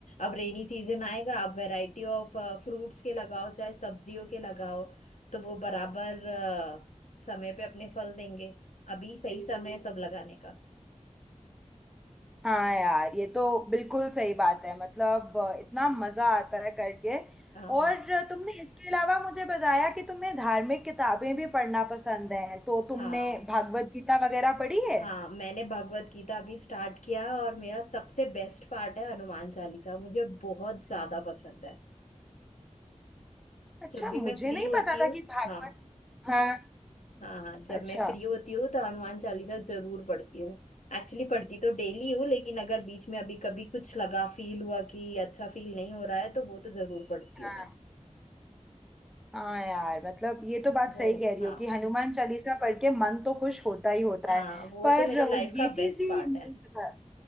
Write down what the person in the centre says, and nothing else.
हाँ यार ये तो बिल्कुल सही बात है मतलब अ, इतना मजा आता है करके
और अ, तुमने इसके अलावा मुझे बताया कि तुम्हें धार्मिक किताबें भी पढ़ना पसंद है तो तुमने
भागवत गीता वगैरह पढ़ी है
अच्छा
मुझे
नहीं
पता था
कि भागवत
हाँ
अच्छा
हाँ
हाँ यार मतलब ये तो बात
सही कह रही
हो कि हनुमान चालीसा पढ़ के मन तो खुश होता ही होता
है
पर
अ,
ये
चीज
भी
नहीं
पता